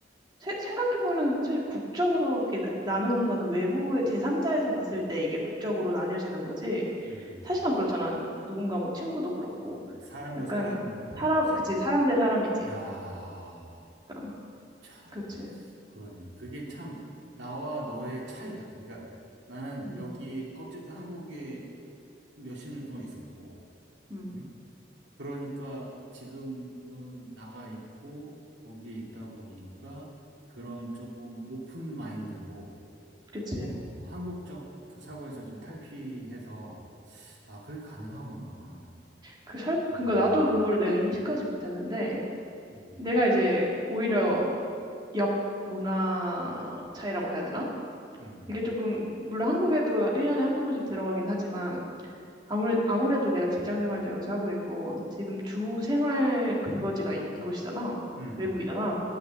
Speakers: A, on the right (about 25°); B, on the right (about 80°).
A: 세- 생각해보면 사실 국적으로 이렇게 나- 나누는 거는 외부의 제3자에서 봤을 때 이게 국적으로 나뉘어지는 거지.
B: 음.
A: 사실은 그렇잖아. 누군가 뭐 친구도 그렇고.
B: 사람과
A: 약간
B: 사람이라는
A: 사람,
B: 거지?
A: 그치, 사람 대 사람이지.
B: 야,
A: 약간,
B: 참,
A: 그치.
B: 그러네. 그게 참, 나와 너의 차이 같아. 그러니까 나는
A: 음,
B: 여기, 어쨌든 한국에 몇 십 년 동안 있었고,
A: 음,
B: 응? 그러니까 지금 너는 나가 있고, 거기에 있다 보니까 그런 조금 오픈 마인드로,
A: 그치.
B: 어, 한국적 그 사고에서 좀 탈피해서, 아, 그게 가능하구나.
A: 그 설,
B: 음,
A: 그니까 나도 그걸 내가 인식하지 못했는데,
B: 음,
A: 내가 이제 오히려 역 문화 차이라고 해야 되나?
B: 음,
A: 이게 조금, 물론 한국에도 1년에 한두 번씩 들어가긴 하지만, 아무래, 아무래도 내가 직장 생활도 여기서 하고 있고, 지금 주 생활 근거지가 이, 이곳이잖아.
B: 음.
A: 외국이잖아.